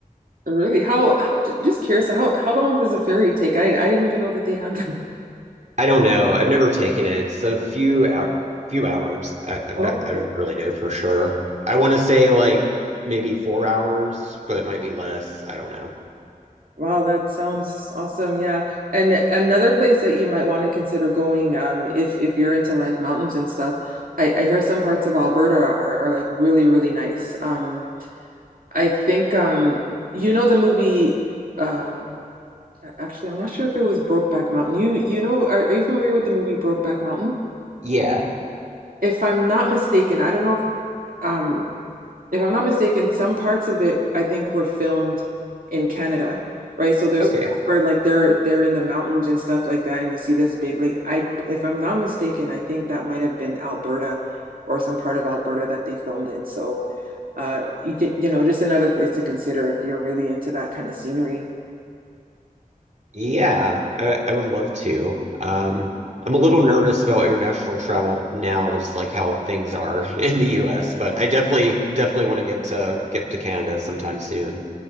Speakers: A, on the right; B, on the right.
A: really? How, how just curious, how how long does a ferry take? I I didn't even know that they had that.
B: I don't know. I've never taken it. It's a few out, few hours. I, I'm
A: <laughs>
B: not, I
A: Oh,
B: don't really know for sure. I want to say like maybe four hours, but it might be less. I don't know.
A: Wow, that sounds awesome. Yeah. And another place that you might want to consider going, um, if if you're into like mountains and stuff, I, I hear some parts of Alberta are, are like really, really nice. Um, I think um you know the movie um a- actually I'm not sure if it was Brokeback Mountain. You you know are, are you familiar with the movie Brokeback Mountain?
B: Yeah.
A: If I'm not mistaken, I don't know if um if I'm not mistaken, some parts of it I think were filmed in Canada, right? So there's
B: Okay.
A: parts where like they're they're in the mountains and stuff like that, and you see this big like I if I'm not mistaken, I think that might have been Alberta or some part of Alberta that they filmed in. So uh you, you know, just another place to consider if you're really into that kind of scenery.
B: Yeah, I, I would love to. Um, I'm a little nervous about international travel now, just like how things are <laughs> in the US, but I definitely definitely want to get to get to Canada sometime soon.